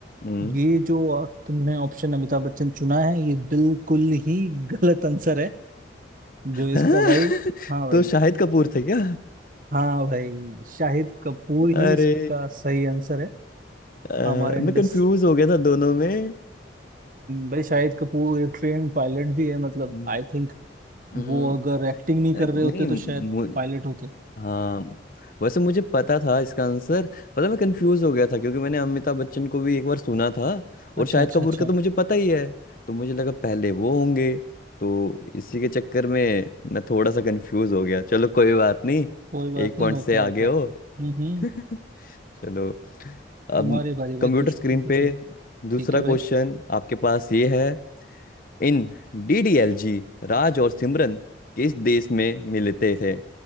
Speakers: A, on the left; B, on the right.
A: हम्म।
B: ये जो आ, तुमने ऑप्शन अमिताभ बच्चन चुना है ये बिल्कुल ही गलत आंसर है जो
A: हाँ,
B: इसका
A: <laughs>
B: भाई हाँ भाई
A: तो शाहिद कपूर थे क्या
B: हाँ भाई शाहिद कपूर ही
A: अरे
B: इसका सही आंसर है
A: अ,
B: हमारे
A: मैं
B: इंडस्ट्री
A: कंफ्यूज हो गया था दोनों में
B: भाई शाहिद कपूर एक ट्रेन पायलट भी है मतलब
A: <laughs>
B: आई थिंक
A: हम्म,
B: वो अगर एक्टिंग नहीं कर
A: अरे
B: रहे
A: नहीं
B: होते तो शायद
A: मु,
B: पायलट होते
A: हाँ वैसे मुझे पता था इसका आंसर पता मैं कंफ्यूज हो गया था क्योंकि मैंने अमिताभ बच्चन को भी एक बार सुना था और
B: अच्छा
A: शाहिद
B: अच्छा
A: कपूर
B: अच्छा
A: का तो मुझे पता ही है तो मुझे लगा पहले वो होंगे तो इसी के चक्कर में मैं थोड़ा सा कंफ्यूज हो गया चलो कोई बात नहीं
B: कोई बात
A: एक
B: नहीं
A: पॉइंट
B: होता
A: से आगे
B: है होता है
A: हो
B: हम्म हम्म
A: <laughs> चलो अब
B: तुम्हारी बारी भाई
A: कंप्यूटर
B: कुछ
A: स्क्रीन
B: तुम पूछ
A: पे
B: लो
A: दूसरा
B: ठीक है
A: क्वेश्चन
B: भाई
A: आपके पास ये है इन डीडीएलजी राज और सिमरन किस देश में मिलते थे